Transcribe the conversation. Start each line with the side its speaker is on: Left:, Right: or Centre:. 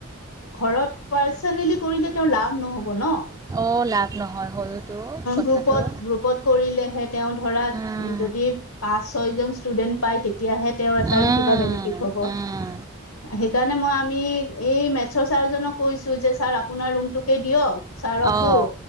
Left: ঘৰত পাৰ্চনেলি কৰিলে তেওঁৰ লাভ নহ'ব ন'।
Right: অ' লাভ নহয় হয়তো কথাটো।
Left: গ্ৰুপত গ্ৰুপত কৰিলেহে তেওঁ ধৰা
Right: উম
Left: যদি পাঁচ ছয় জন ষ্টুডেন্ট পায় তেতিয়াহে তেওঁৰ
Right: উম
Left: কিবা বেনিফিট হ'ব,
Right: উম
Left: সেইকাৰণে মই আমি এই মেথছৰ ছাৰজনক কৈছো যে ছাৰ আপোনাৰ ৰুমটোকে দিয়ক ছাৰকো
Right: অহ